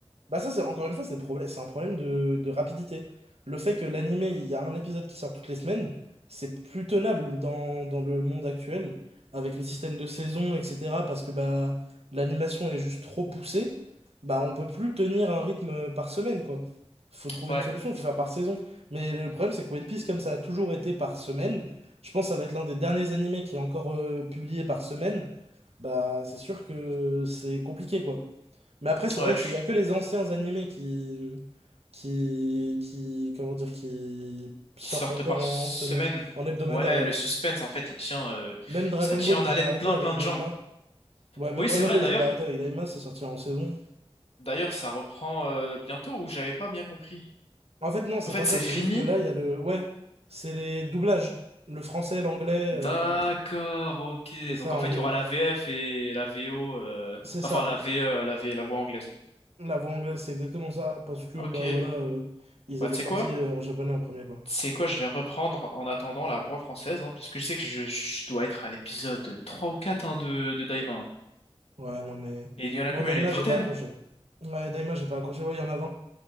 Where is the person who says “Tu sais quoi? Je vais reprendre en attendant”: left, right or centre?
Left